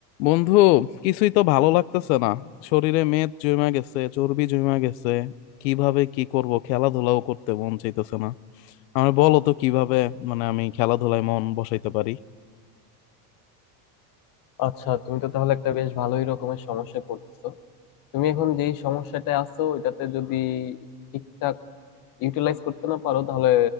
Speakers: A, on the left; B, on the left.
A: বন্ধু কিছুই তো ভালো লাগতেছে না শরীরে মেদ জমা গেছে চর্বি জমা গেছে কিভাবে কি করব খেলাধুলাও করতে মন চাইতেছে না আমার বলো তো কিভাবে মানে আমি খেলাধুলায় মন বসাইতে পারি
B: আচ্ছা তুমি তো তাহলে একটা বেশ ভালোই রকমের সমস্যায় পড়তেছো তুমি এখন যেই সমস্যাটায় আছো এটাতে যদি ঠিকঠাক ইউটিলাইজ করতে না পারো তাহলে